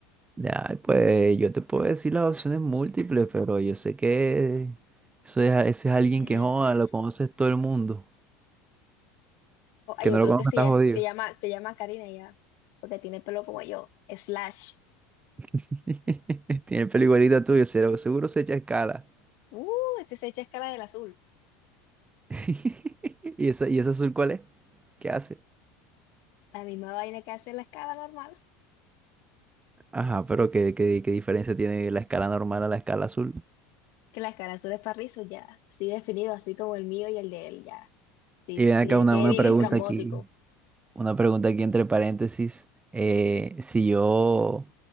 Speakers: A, on the right; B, on the left.
A: Ay, pues yo te puedo decir las opciones múltiples, pero yo sé que eso es, eso es alguien
B: Mm,
A: que joda, lo conoces todo el mundo.
B: Oh, ay,
A: Que
B: yo
A: no
B: creo
A: lo conozca
B: que se,
A: está jodido.
B: se llama, se llama Karina ya, porque tiene pelo como yo. Slash.
A: <laughs> Tiene el pelo igualito tuyo, seguro, seguro se echa escala.
B: Uh, ese se echa escala del azul.
A: <laughs> ¿Y esa, y ese azul cuál es? ¿Qué hace?
B: La misma vaina que hace la escala normal,
A: Ajá, pero ¿qué, qué, qué diferencia tiene la escala normal a la escala azul?
B: que la escala azul es para rizos ya. Sí definido, así como el mío y el de él ya. Sí,
A: Y ven
B: que
A: acá una,
B: quede
A: una
B: bien
A: pregunta
B: estrambótico.
A: aquí. Una pregunta aquí entre paréntesis. eh, si yo